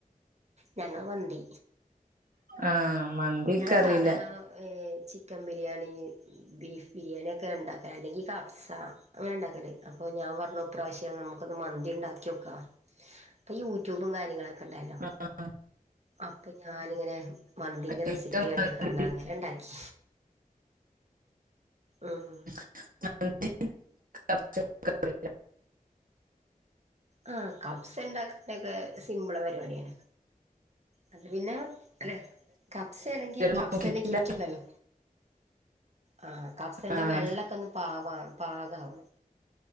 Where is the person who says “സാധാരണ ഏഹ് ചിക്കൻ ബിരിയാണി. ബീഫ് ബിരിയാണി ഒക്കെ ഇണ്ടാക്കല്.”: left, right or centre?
Right